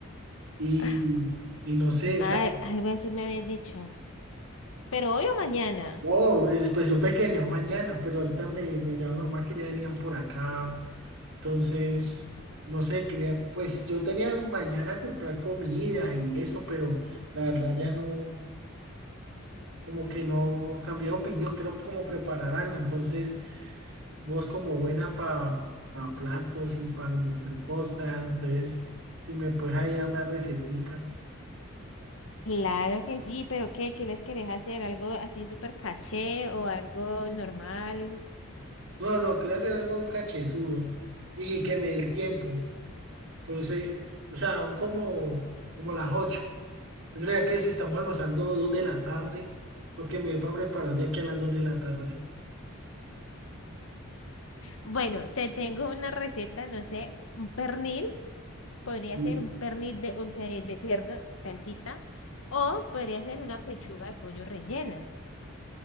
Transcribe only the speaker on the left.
<gasps>
Ay,
algo así me habías dicho. ¿Pero hoy o mañana?
Claro que sí, pero ¿qué? ¿Qué les querés hacer? ¿Algo así súper caché o algo normal?
Bueno, te tengo una receta, no sé, un pernil. Podría
ser un pernil de, o sea, de cerdo en salsita o podría ser una pechuga de pollo rellena.